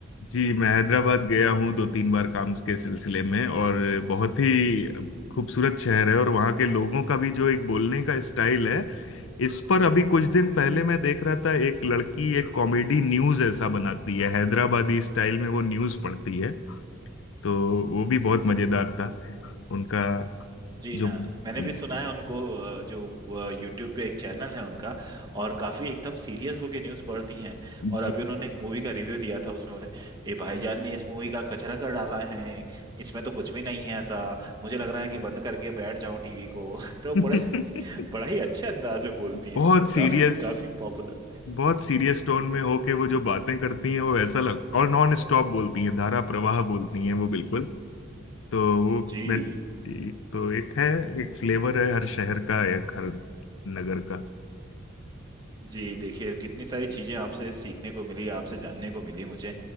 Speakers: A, on the left (about 65°); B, on the right (about 20°).
A: जी मैं हैदराबाद गया हूँ दो तीन बार काम के सिलसिले में और बहुत ही खूबसूरत शहर है और वहाँ के लोगों का भी जो एक बोलने का स्टाइल है इस पर अभी कुछ दिन पहले मैं देख रहा था एक लड़की एक कॉमेडी न्यूज़ ऐसा बनाती है हैदराबादी स्टाइल में वो न्यूज़ पढ़ती है तो वो भी बहुत मज़ेदार था उनका
B: जी
A: जो
B: हाँ मैंने
A: उन,
B: भी सुना है उनको अ, जो यूट्यूब पे एक चैनल है उनका और काफी एकदम सीरियस होके न्यूज पढ़ती हैं और
A: जी
B: अभी उन्होंने एक मूवी का रिव्यू दिया था उसमें बोले ए भाईजान ने इस मूवी का कचरा कर डाला है इसमें तो कुछ भी नहीं है ऐसा मुझे लग रहा है कि बंद करके बैठ जाओ टीवी को <laughs> तो
A: <laughs>
B: बड़ा बड़ा ही अच्छे अंदाज में बोलती हैं
A: बहुत
B: वो
A: सीरियस
B: काफी काफी पॉपुलर
A: बहुत सीरियस टोन में हो के वो जो बातें करती हैं वो ऐसा लग और नॉन स्टॉप बोलती हैं धारा प्रवाह बोलती हैं वो बिल्कुल तो वो
B: जी
A: मैं जी, तो एक है एक फ्लेवर है हर शहर का एक हर नगर का
B: जी देखिए कितनी सारी चीज़ें आपसे सीखने को मिली आपसे जानने को मिली मुझे